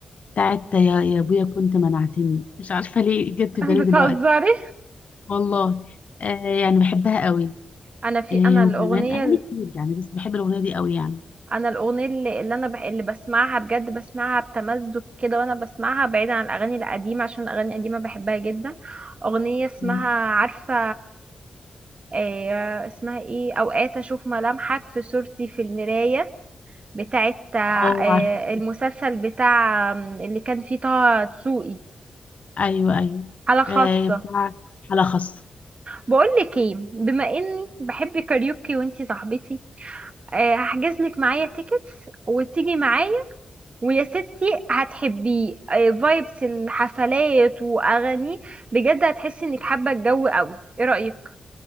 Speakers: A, on the left; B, on the right.
A: بتاعت يا يا أبويا كنت منعتني مش عارفة ليه جت في
B: <laughs>
A: بالي
B: بتهزري
A: دلوقتي والله آه، يعني بحبها قوي
B: أنا في
A: آه،
B: أنا الأغنية
A: وكمان أغاني كتير يعني بس بحب الأغنية دي قوي يعني
B: أنا الأغنية اللي, اللي أنا بح... اللي بسمعها بجد بسمعها بتمزج كده وأنا بسمعها بعيدا عن الأغاني القديمة عشان الأغاني القديمة بحبها جدا أغنية اسمها
A: مم.
B: عارفة آه، اسمها ايه اوقات اشوف ملامحك في صورتي في المراية بتاعت آه،
A: اه عارفة
B: المسلسل بتاع آم، اللي كان فيه طه دسوقي
A: ايوه ايوه
B: حالة خاصة
A: آه، بتاع على خاص
B: بقول لك ايه بما اني بحب كاريوكي وانتي صاحبتي آه، هحجز لك معايا تيكتس وتيجي معايا ويا ستي هتحبيه فايبس الحفلات واغاني بجد هتحسي انك حابة الجو قوي ايه رأيك